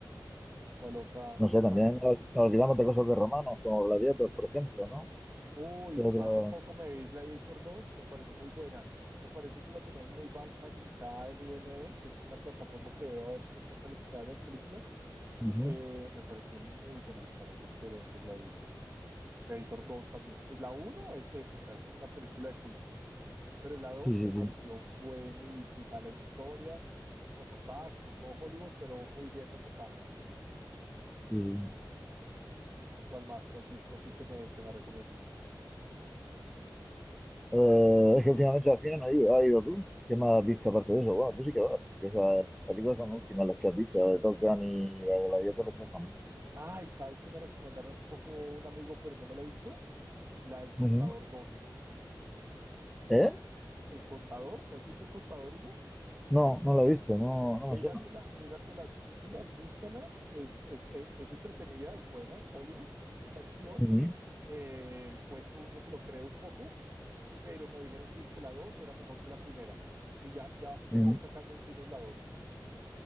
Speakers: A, on the right; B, in the centre.
A: ¿Cuál otra
B: No sé,
A: te
B: también
A: llama?
B: nos nos olvidamos de cosas de romanos, como Gladiator, por ejemplo, ¿no?
A: Uy,
B: ¿Qué otro?
A: hace poco me vi Gladiator dos me pareció muy buena. Me pareció que la tenían muy mal calificada en IMDb, que es una plataforma que veo a ver cómo están calificadas las películas.
B: Ujú.
A: Eh, me pareció muy buena, me pareció excelente Gladiator. Gladiator 2 también. Pues la uno es épica, es una película de culto, pero la dos
B: Sí, sí,
A: me pareció
B: sí.
A: buenísima, la historia reforzada como todo Hollywood, pero muy bien reforzada.
B: sí. sí.
A: ¿Cuál más te has visto así que me, que me recomiendes?
B: Eh, es que últimamente al cine no he ido. ¿Has ido tú? ¿Qué más has visto aparte de eso? Bueno, tú sí que vas, porque esas películas son últimas, las que has dicho, la de Top Gun y la de Gladiator, esas son últimas.
A: Ay, ¿sabes que me recomendaron hace poco un amigo, pero no me la he visto? La del Contador
B: Ujú.
A: 2.
B: ¿Eh?
A: ¿El Contador? ¿Te has visto El Contador uno?
B: No, no lo he visto, no,
A: Míratela,
B: no me suena.
A: míratela estos días, búscala. Es, es, es, es entretenida, es buena, es Hollywood, es acción.
B: Ujú,
A: Eh, el cuento uno se lo cree un poco, pero me dijeron que es que la 2 era mejor que la primera. Y ya, ya, ya
B: ujú.
A: están sacando en cines la dos